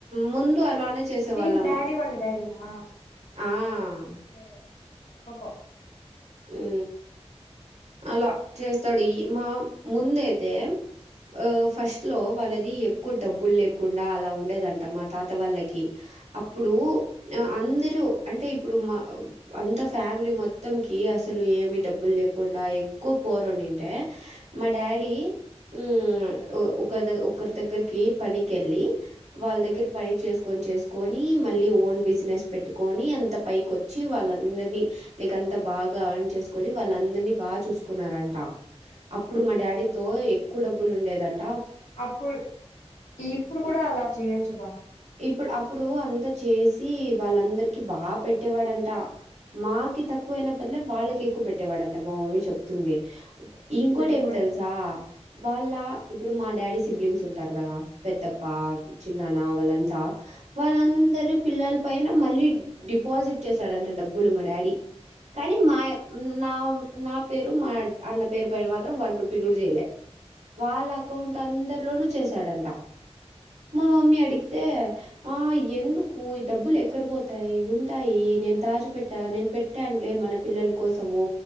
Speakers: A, on the right (about 85°); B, on the left (about 80°).
A: ముందు అలానే చేసేవాళ్ళం.
B: మీన్ డాడి వాళ్ళ డాడీ నా
A: ఆ!
B: ఏ ఎరిపప్ప
A: ఊ అలా చేస్తాడు ఈ మా ముందయితే ఆ ఫస్ట్ లో వాళ్ళది ఎక్కువ డబ్బులు లేకుండా అలా ఉండేదంట మా తాత వాళ్ళకి అప్పుడు ఆ అందరూ అంటే ఇప్పుడు మా అంత ఫ్యామిలీ మొత్తం కి అసలు ఏమి డబ్బులు లేకుండా ఎక్కువ పోరాడింటే మా డాడీ ఉమ్ ఆ ఒక ఒకరి దగ్గరికి పనికెల్లి వాళ్ళ దగ్గర పని చేసి కొని చేసుకొని మళ్ళీ ఓన్ బిజినెస్ పెట్టుకొని అంత పైకి వచ్చి వాళ్ళందరినీ లేక అంత బాగా అర్న్ చేసుకుని వాళ్ళ అందరినీ బాగా చూసుకున్నారంట అప్పుడు మా డాడీతో ఎక్కువ డబ్బులు ఉండేదంటా
B: అప్పుడు ఇప్పుడు కూడా అలా చేయొచ్చుగా
A: ఇప్పుడు అప్పుడు అంతా చేసి వాళ్ళందరికి బాగా పెట్ పెట్టేవాడంట మాకి తక్కువ అయిన పనిలే వాళ్ళకి ఎక్కువ పెట్టేవాడంట మా మమ్మీ చెప్తుంది
B: నీ
A: ఇంకోటి
B: సరిపోయిందిలే
A: ఏమి తెలుసా వాళ్ళ ఇప్పుడు మా డాడీ సిబ్లింగ్స్ ఉంటారు కదా పెద్దప్పా చిన్నన్న వాళ్ళ వాళ్ళందరు పిల్లల పైన మళ్ళీ డిపాజిట్ చేశాడంట డబ్బులు మా డాడీ కానీ మా నా నా పేరు మా అన్న పేరు పైన మాత్రం వన్ రూపీ కూడా చేయలే వాళ్ళ అకౌంట్ అందరిలోనూ చేశాడంట మా మమ్మీ అడిగి తే ఆ ఎందుకూ డబ్బులు ఎక్కడ పోతాయి ఉంటాయి నేను తాజు పెట్టా నేను పెట్టానులే మన పిల్లల కోసము